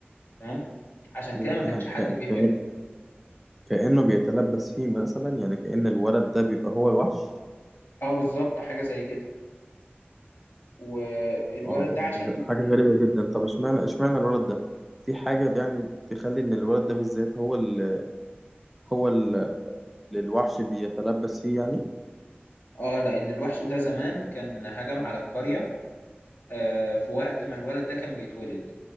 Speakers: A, on the left; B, in the centre.
A: تمام عشان
B: ي-
A: كده ما كانش
B: يعني
A: حد
B: كأ-
A: بيحبه
B: كأ- كأنه بيتلبس فيه مثلا يعني كأن الولد ده بيبقى هو الوحش
A: اه بالظبط حاجه زي كده والولد
B: اه ده-
A: ده عشان
B: ده- ده حاجة
A: ال-
B: غريبة جدا طب اشمعنى اشمعنى الولد ده في حاجة يعني تخلي ان الولد ده بالذات هو ال هو ال- اللي الوحش بيتلبس فيه يعني
A: اه لان الوحش ده زمان كان هجم على القرية آه في وقت ما الولد ده كان بيتولد